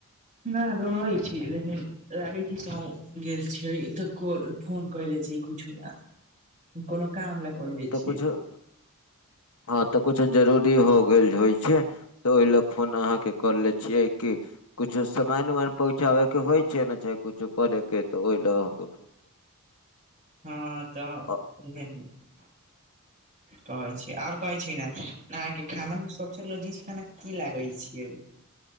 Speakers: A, on the right; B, on the left.
A: ना रहै छी लेकिन लागै छि कहुं गेल छियै, त को फोन कय लै छी कुछो ला कोनो काम लए
B: ओ
A: कहले
B: तऽ
A: छियै।
B: कुछो हँ तऽ कुछो जरूरी हो गेल होइ छै, तऽ ओहि लै फोन अहाँके कर ले छियै कि, कुछो समान-उमान पहुँचाबै के होइ छै ने चाहे कुछो करे के त ओहि लए अहाँकेँ फोन
A: हँ त
B: अ-
A: इएह नीक।
B: <inaudible>
A: कहै छियै, आओर कहै छिये ना, अहाँके खाना मे सबसे लजीज खाना की लागय छियै।